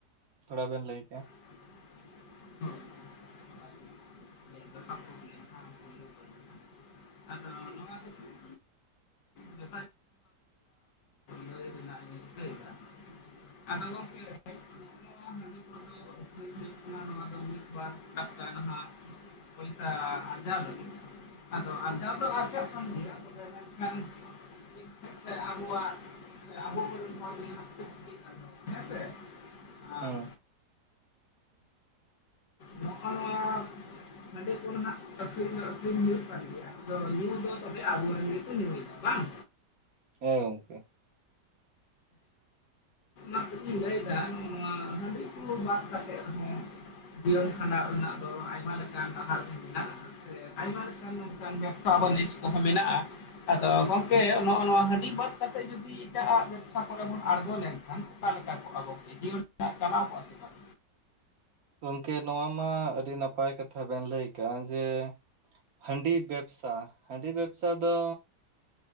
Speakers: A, on the right; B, on the left.
A: ᱛᱷᱚᱲᱟ ᱵᱮᱱ ᱞᱟᱹᱭ ᱠᱮᱭᱟ᱾
B: <unintelligible> ᱟᱫᱚ ᱱᱚᱣᱟ ᱠᱚᱫᱚ <unintelligible> ᱨᱮ ᱞᱟᱹᱭ ᱨᱮᱱᱟᱜ ᱤᱧ ᱨᱤᱠᱟᱹᱭᱮᱫᱟ ᱟᱫᱚ ᱜᱚᱢᱠᱮ <unintelligible> ᱱᱚᱣᱟ ᱦᱟᱺᱰᱤ ᱠᱚᱫᱚ ᱟᱠᱷᱨᱤᱧ ᱦᱳᱭᱳᱠᱟᱱᱟ ᱱᱚᱣᱟ ᱫᱚ ᱵᱟᱥ ᱴᱟᱠᱟ ᱱᱟᱦᱟᱜ ᱯᱚᱭᱥᱟ ᱟᱨᱡᱟᱣ ᱞᱟᱹᱜᱤᱫ᱾ ᱟᱫᱚ ᱟᱨᱡᱟᱣ ᱫᱚ ᱟᱨᱪᱷᱟ ᱠᱟᱱ ᱜᱮᱭᱟ ᱛᱚᱵᱮ ᱢᱮᱱᱠᱷᱟᱱ ᱢᱤᱫ ᱥᱮᱫᱛᱮ ᱟᱵᱚᱣᱟᱜ ᱥᱮ ᱟᱵᱚᱨᱮᱱ ᱦᱚᱲ <inaudible> ᱠᱩ ᱠᱟᱱ ᱦᱮᱸᱥᱮ᱾ ᱦᱮᱸ᱾
A: ᱦᱩᱸ
B: ᱱᱚᱜ-ᱚ ᱱᱟᱣᱟ ᱦᱟᱸᱰᱤ ᱠᱚ ᱱᱟᱦᱟᱸᱜ ᱟᱹᱠᱷᱨᱤᱧ ᱫᱚ ᱟᱹᱠᱷᱨᱤᱧ ᱦᱩᱭᱩᱜ ᱠᱟᱱ ᱜᱮᱭᱟ ᱟᱫᱚ ᱧᱩ ᱫᱚ ᱛᱚᱵᱮ ᱟᱵᱚᱨᱮᱱ ᱜᱮᱠᱚ ᱧᱩᱭᱮᱫᱟ ᱵᱟᱝ᱾
A: ᱦᱮᱸ ᱜᱚᱝᱠᱮ᱾
B: ᱠᱟᱹᱴᱤᱡ ᱤᱧ ᱞᱟᱹᱭᱫᱟ ᱱᱚᱣᱟ ᱦᱟᱺᱰᱤ ᱠᱚ ᱵᱟᱫ ᱠᱟᱛᱮᱜ ᱨᱮᱦᱚᱸ ᱡᱤᱭᱚᱱ ᱠᱷᱟᱸᱰᱟᱣ ᱨᱮᱱᱟᱜ ᱫᱚ ᱟᱭᱢᱟ ᱞᱮᱠᱟᱱ ᱰᱟᱦᱟᱨ ᱢᱮᱱᱟᱜ-ᱟ᱾ ᱥᱮ ᱟᱭᱢᱟ ᱞᱮᱠᱟᱱ ᱱᱚᱝᱠᱟᱱ ᱵᱮᱵᱽᱥᱟ ᱵᱟᱹᱱᱤᱡᱽ ᱠᱚᱦᱚᱸ ᱢᱮᱱᱟᱜ-ᱟ᱾ ᱟᱫᱚ ᱜᱚᱝᱠᱮ ᱱᱚᱜ-ᱚ ᱱᱚᱣᱟ ᱦᱟᱺᱰᱤ ᱵᱟᱫ ᱠᱟᱛᱮᱜ ᱡᱩᱫᱤ ᱮᱴᱟᱜ ᱟᱜ ᱵᱮᱵᱽᱥᱟ ᱠᱚᱨᱮ ᱵᱚᱱ ᱟᱬᱜᱚ ᱞᱮᱱᱠᱷᱟᱱ ᱚᱠᱟ ᱞᱮᱠᱟ ᱠᱚᱜ- ᱟ ᱵᱚ ᱡᱤᱭᱚᱱ <inaudible> ᱴᱟᱜ ᱪᱟᱞᱟᱣ ᱠᱚᱜ-ᱟ ᱥᱮ᱾ ᱵᱟᱝ
A: ᱜᱚᱢᱠᱮ ᱱᱚᱣᱟ ᱢᱟ ᱟᱹᱰᱤ ᱱᱟᱯᱟᱭ ᱠᱟᱛᱷᱟ ᱵᱮᱱ ᱞᱟᱹᱭ ᱠᱟᱜ-ᱟ ᱡᱮ ᱦᱟᱺᱰᱤ ᱵᱮᱵᱽᱥᱟ ᱦᱟᱺᱰᱤ ᱵᱮᱵᱽᱥᱟ ᱫᱚ